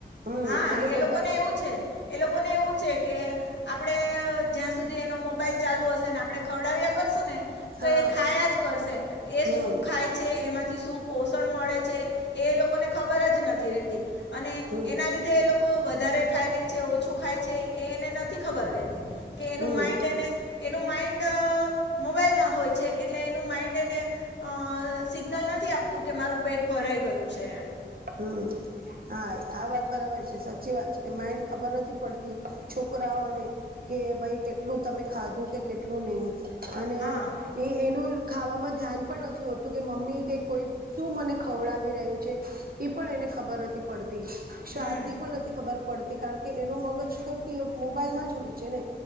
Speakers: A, on the right (about 55°); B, on the left (about 80°).
A: હમ,
B: હા
A: એટલે
B: એ
A: મોબા
B: લોકોને એવું છે. એ લોકો ને એવું છે કે આપડે જ્યાં સુધી એનો મોબાઈલ ચાલુ હશે ને આપડે ખવડાવ્યા કરશું ને તો
A: હા
B: એ ખાયા જ કરશે એ
A: હમ
B: શું ખાય છે એમાંથી શું પોષણ મળે છે એ લોકોને ખબર જ નથી રહેતી. અને
A: હમ
B: એના લીધે એ લોક કો વધારે ખાઈ લે છે ઓછું ખાય છે એ એને નથી ખબર રહેતી કે એનું
A: હમ
B: માઈન્ડ એને એનું માઇન્ડ મોબાઈલમાં હોય છે એટલે એનું માઈન્ડ એને અ સિગ્નલ નથી આપતું કે મારું પેટ ભરાઈ ગયું છે એમ
A: હમ્મ. હા આ વાત બરાબર છે સાચી વાત છે કે માઇન્ડ ખબર નથી પડતી છોકરાઓને કે ભાઈ કેટલું તમે ખાધું કેટલું નહીં અને
B: હા
A: એ એનું ખાવામાં ધ્યાન પણ નથી હોતું કે મમ્મી કે કોઈ શું મને ખવડાવી રહ્યું છે એ પણ એને ખબર પડતી સ્વાદની
B: હમ
A: પણ ની ખબર પડતી કારણ કે એનું મગજ તો તે મોબાઈલમાં જ હોય છે ને